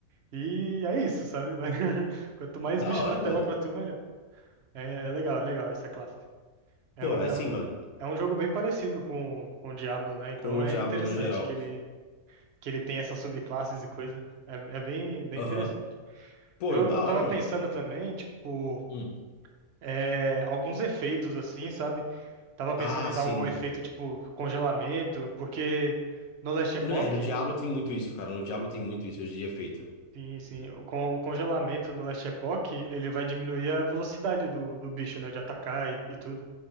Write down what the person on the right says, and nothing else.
E é isso, sabe? Vai- <laughs> Quanto mais
bicho
na tela
pra tu, melhor. É, é legal, é legal essa classe. É
um,
é,
um
é um jogo bem parecido com, com o Diablo, né? Então
é
interessante
que ele, que ele tem essas subclasses e coisa. É, é bem, bem
interessante.
Eu,
eu tava
pensando também, tipo,
é, alguns efeitos assim, sabe? Tava pensando
em
dar algum efeito tipo congelamento, porque no Last Epoch,
sim, sim, o, con- o congelamento no Last Epoch, ele vai diminuir a velocidade do, do bicho, né? De atacar e, e tudo.